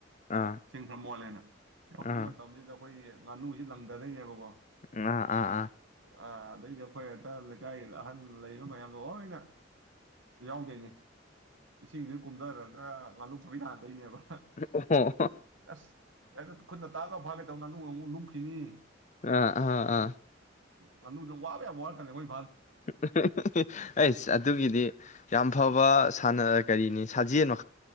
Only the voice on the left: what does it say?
ꯑꯥ
ꯑꯥ
ꯉꯥ ꯑꯥ ꯑꯥ꯫
ꯎ ꯑꯣ ꯍꯣ꯫
ꯑꯥ ꯑꯥꯍ ꯑꯥ꯫
ꯑꯍ ꯑꯍ ꯍ ꯍ ꯑꯩꯁ ꯑꯗꯨꯒꯤꯗꯤ ꯌꯥꯝ ꯐꯕ ꯁꯥꯅ ꯀꯔꯤꯅꯤ ꯁꯥꯖꯅꯣ